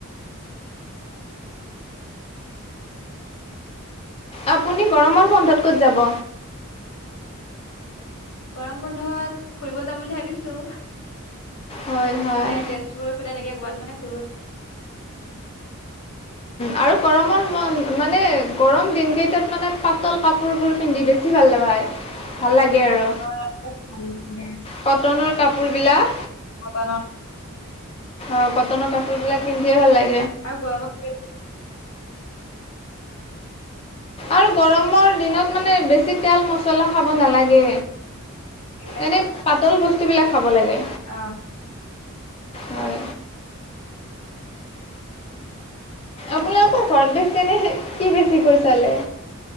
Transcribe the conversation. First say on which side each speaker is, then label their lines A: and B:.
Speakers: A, on the left; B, on the left.
A: আপুনি গৰমৰ বন্ধত ক'ত যাব?
B: গৰম বন্ধত ফুৰিব যাম বুলি ভাবিছো?
A: হয় হয়
B: মানে তেজপুৰ ফালে এনেকে ক'ৰবাত মানে ফুৰিব
A: আৰু গৰমৰ মানে গৰম দিনকেইটাত মানে পাতল কাপোৰবোৰ পিন্ধি বেছি ভাল লগা হয়।
B: উ
A: ভাল লাগে আৰু
B: কটনৰ
A: কটনৰ
B: ভালেনৰ
A: কাপোৰবিলাক
B: <unintelligible>
A: অ' কটনৰ কাপোৰ বিলাক পিন্ধিয়ে ভাল লাগে।
B: আৰু গৰমত
A: আৰু গৰমৰ দিনত মানে বেছি তেল মছলা খাব নালাগে।
B: সেইবিলাক
A: এনেই
B: খাব
A: পাতল বস্তু এইবিলাক খাব লাগে।
B: অঁ
A: হয়। আপোনালোকৰ ঘৰত বেছি যেনে কি বেছি কৈ চালে?